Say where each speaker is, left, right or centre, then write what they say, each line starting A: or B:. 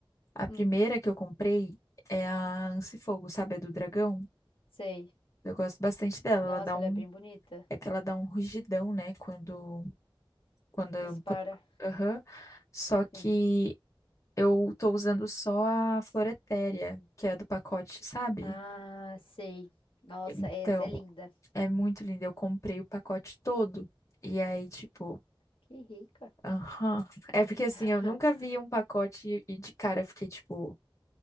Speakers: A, on the left (about 35°); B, on the left (about 85°).
A: A
B: Hum,
A: primeira que eu comprei é a Ansifogo, sabe? A do dragão.
B: sei.
A: Eu gosto bastante dela.
B: Nossa,
A: Ela dá um.
B: ela é bem bonita.
A: É que ela dá um rugidão, né? Quando. Quando.
B: Dispara.
A: quando... Aham. Só que
B: Sim.
A: eu tô usando só a Floretéria, que é a do pacote, sabe?
B: Ah, sei. Nossa,
A: Então,
B: essa é linda.
A: é muito linda. Eu comprei o pacote todo. E aí, tipo.
B: Que rica.
A: Aham. É porque assim,
B: <laughs>
A: eu nunca vi um pacote e de cara eu fiquei, tipo,